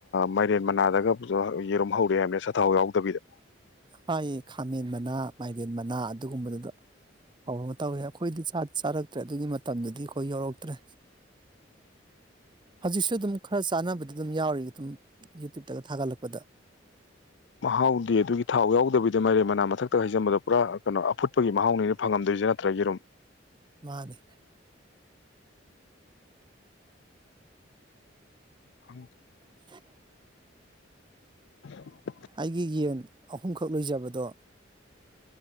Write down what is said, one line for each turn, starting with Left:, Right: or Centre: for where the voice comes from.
Left: ꯃ ꯦꯟ ꯃꯅꯥꯗꯒ ꯌꯦꯔꯨꯝ ꯍꯧꯔꯛꯑꯦ ꯍꯥꯏꯕꯅꯦ ꯁꯊꯥꯎ ꯌꯥꯎꯗꯕꯤꯗ
Right: ꯊꯥꯏꯌꯦ ꯈꯥꯃꯦꯟ ꯃꯅꯥ ꯃꯥꯏꯔꯦꯟ ꯃꯅꯥ ꯑꯗꯨꯒꯨꯝꯕꯗꯨꯗ ꯍꯧꯕ ꯑꯃ ꯇꯧꯋꯦ ꯑꯩꯈꯣꯏꯗꯤ ꯆꯥꯔꯛꯇ꯭ꯔꯦ ꯑꯗꯨꯒꯤ ꯃꯇꯝꯗꯨꯗꯤ ꯑꯩꯈꯣꯏ ꯌꯧꯔꯛꯇ꯭ꯔꯦ ꯍꯧꯖꯤꯛꯁꯨ ꯑꯗꯨꯝ ꯈꯔ ꯆꯥꯅꯕꯗꯤ ꯑꯗꯨꯝ ꯌꯥꯎꯔꯤ ꯑꯗꯨꯝ ꯌꯨꯇ꯭ꯌꯨꯕꯇꯒ ꯊꯥꯒꯠꯂꯛꯄꯗ
Left: ꯃꯍꯥꯎꯗꯤꯦ ꯑꯗꯨꯒꯤ ꯊꯥꯎ ꯌꯥꯎ ꯇꯧꯕꯕꯤꯗ ꯃꯔꯦ ꯃꯅꯥ ꯃꯊꯛꯇ ꯍꯥꯏꯖꯕꯗ ꯄꯨꯔꯥ ꯀꯩꯅꯣ ꯑꯐꯨꯠꯄꯒꯤ ꯃꯍꯥꯎꯅꯤꯅ ꯐꯪꯉꯝꯗꯣꯏꯁꯦ ꯅꯠꯇ꯭ꯔꯒꯤꯔꯨꯝ
Right: ꯃꯥꯅꯦ
Left: ꯍ
Right: <unintelligible>
Left: <unintelligible>
Right: ꯑꯩꯒꯤ ꯌꯦꯟ ꯑꯍꯨꯝꯈꯛ ꯂꯣꯏꯖꯕꯗꯣ